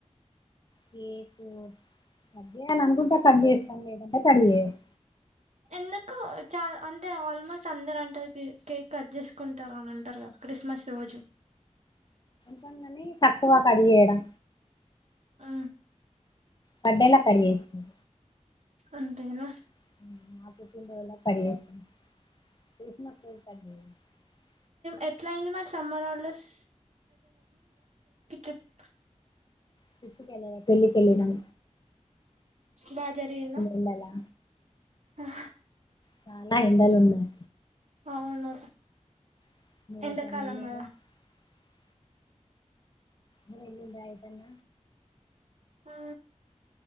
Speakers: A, on the left; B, on the right.
A: కేకు కట్ చేయాలి అనుకుంటే కట్ చేస్తను లేదంటే కట్ చేయను
B: ఎం నాకు చాల అంటే ఆల్మోస్ట్ అందరు అంటారు కేక్ కట్ చేసుకుంటారు అని అంటారు కదా క్రిస్మస్ రోజు
A: <unintelligible> తక్కువ కడి చేయడం
B: ఆ
A: కడ్డేల <unintelligible>
B: అంతేన
A: <inaudible>
B: ఎట్లా అయ్యింది మర సమ్మర్ హాలిడేస్ <unintelligible>
A: ట్రిప్ కి ఏళ్ళలే పెళ్ళికి ఎళ్ళినం
B: బాగ జరిగిందా
A: ఎండలా
B: ఆ
A: చాన ఎండలు ఉన్నాయి
B: అవును
A: <unintelligible>
B: ఎండాకాలం కదా
A: అ ఏళ్ళిండ్రా ఏటు అయిన
B: ఆ